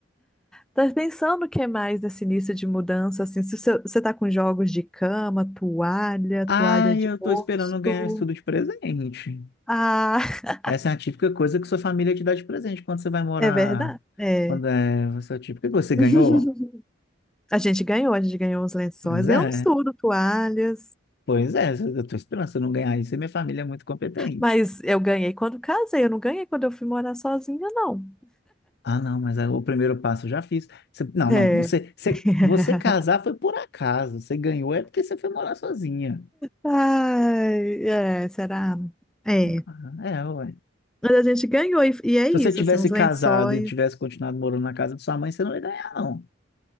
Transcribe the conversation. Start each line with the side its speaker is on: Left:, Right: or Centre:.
Centre: Tá pensando o que mais nesse início de mudança, assim, se você você tá com jogos de cama, toalha,
Left: Ah,
Centre: toalha
Left: eu
Centre: de
Left: tô
Centre: rosto.
Left: esperando ganhar isso tudo de presente.
Centre: Ah, <laughs>
Left: Essa é a típica coisa que sua família te dá de presente quando você vai morar.
Centre: é verdade? É.
Left: Quando é você, tipo, o que você ganhou?
Centre: <laughs> A gente ganhou, a gente ganhou uns lençóis,
Left: Pois
Centre: ganhamos
Left: é,
Centre: tudo, toalhas.
Left: pois é, eu tô esperando. Se eu não ganhar isso, minha família é muito competente.
Centre: Mas eu ganhei quando casei, eu não ganhei quando eu fui morar sozinha, não.
Left: Ah, não, mas aí o primeiro passo eu já fiz. Você- não,
Centre: É.
Left: não, você, você,
Centre: <laughs>
Left: você casar foi por acaso. Você ganhou é porque você foi morar sozinha.
Centre: Ai, é, será? É.
Left: Ah, É, ué.
Centre: Mas a gente ganhou, e, e é
Left: Se
Centre: isso,
Left: você tivesse
Centre: assim, uns
Left: casado
Centre: lençóis.
Left: e tivesse continuado morando na casa de sua mãe, você não ia ganhar, não.